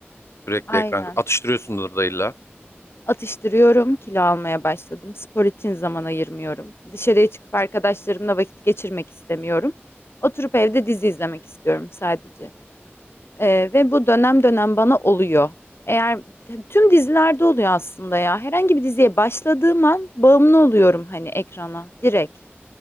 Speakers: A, on the left; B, on the left.
A: sürekli
B: Aynen.
A: ekran atıştırıyorsundur da illa.
B: Atıştırıyorum, kilo almaya başladım. Spor için zaman ayırmıyorum. Dışarıya çıkıp arkadaşlarımla vakit geçirmek istemiyorum. Oturup evde dizi izlemek istiyorum sadece. Ee, ve bu dönem dönem bana oluyor. Eğer tüm dizilerde oluyor aslında ya. Herhangi bir diziye başladığım an bağımlı oluyorum hani ekrana direkt.